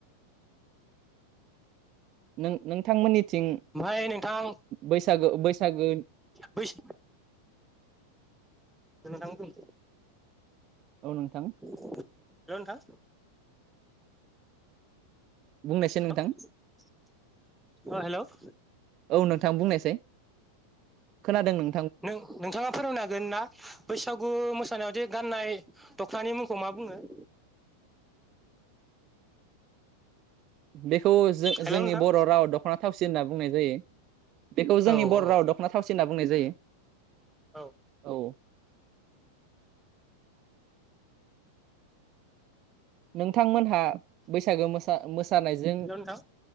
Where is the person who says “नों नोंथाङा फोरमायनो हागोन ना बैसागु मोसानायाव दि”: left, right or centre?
Centre